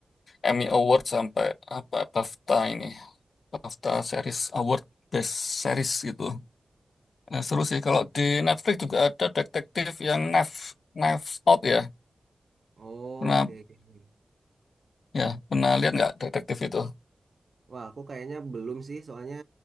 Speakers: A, on the left; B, on the right.
A: Emmy Award sampai apa BAFTA ini. BAFTA Series Award Best Series gitu. Nah, seru sih kalau di Netflix juga ada detektif yang Knife Knives Out ya.
B: Oh,
A: Pernah
B: oke. oke.
A: ya, pernah lihat nggak detektif itu?
B: Wah, aku kayaknya belum sih, soalnya